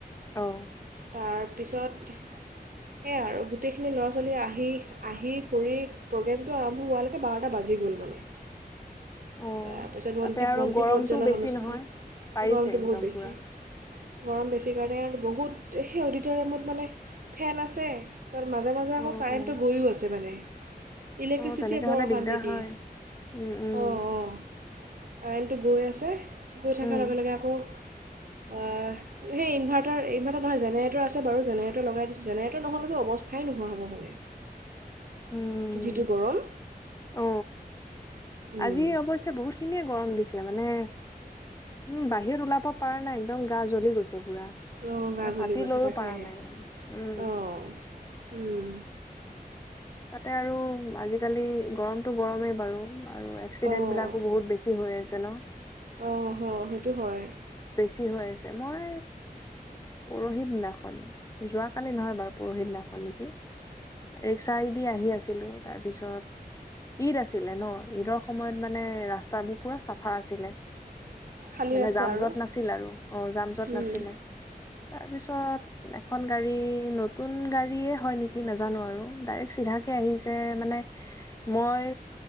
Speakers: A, on the left; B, on the right.
A: অহ
B: তাৰপিছত সেয়াই আৰু গোটেইখিনি ল'ৰা ছোৱালী আহি আহি কৰি প্ৰগ্ৰেমটো আৰম্ভ হোৱালৈকে বাৰটা বাজি গ'ল মানে
A: অ
B: তাৰপিছত বন্তি
A: তাতে আৰু
B: বন্তি
A: গৰমটো
B: প্ৰজ্বলন
A: বেছি
B: অনুষ্ঠান
A: নহয় পাৰিছে
B: গৰমটো
A: একদম
B: বহুত বেছি
A: পুৰা
B: গৰম বেছি কাৰণে আৰু বহুত সেই অডিটৰিয়ামত মানে ফেন আছে তাৰ মাজে মাজে
A: অ
B: আকৌ কাৰেণ্টটো
A: অ
B: গৈয়ো আছে মানে ইলেক্ট্ৰিচিটিয়ে
A: অ তেনেকে
B: বৰ
A: হ'লে
B: অশান্তি
A: দিগদাৰ
B: দিয়ে
A: হয় উম উম
B: অঁ অঁ কাৰেণ্টটো গৈ আছে গৈ থকাৰ
A: উম
B: লগে লগে আকৌ অ সেই ইনভাৰ্টাৰ <unintelligible> জেনেৰেটৰ আছে বাৰু জেনেৰেটৰ লগাই দিছে জেনেৰেট নহ'লেতো অৱস্থাই নোহোৱা হ'ব চাগে
A: উম
B: যিটো গৰম
A: অ
B: উম,
A: আজি অৱশ্যে বহুত খিনিয়ে গৰম দিছে তামানে উম বাহিৰত ওলাব পৰা নাই একদম গা জ্বলি গৈছে বুৰা মানে
B: অঁ গা জ্বলি
A: ছাতি
B: গৈছে
A: লৈও
B: তাকেহে
A: পৰা নাই উম
B: অঁ উম
A: তাতে আৰু আজিকালি গৰমতটো গৰমেই বাৰু আৰু এক্সিডেন্ট
B: অঁ
A: বিলাকো বহুত বেছি হৈ আছে তেনো
B: অঁ হ সেইট এটো হয়
A: টী হৈ আছে মই পৰখি দিনাখন যোৱা কালি নহয় বাৰু পৰখি দিনাখন নেকি ৰিক্সাইদি আহি আছিলো তাৰপিছত ঈদ আছিলে ন ঈদৰ সময়ত মানে ৰাস্তাবোৰ পুৰা চাফা আছিলে
B: খালী
A: মানে
B: ৰাস্তা
A: জাম
B: আৰু
A: যত নাছিল আৰু অ জাম যত
B: উম,
A: নাছিলে তা তাৰপিছত এখন গাড়ী নতুন গাড়ী হয় নেকি নাজানো আৰু ডাইৰেক্ট চিধা কে আহিছে মানে মই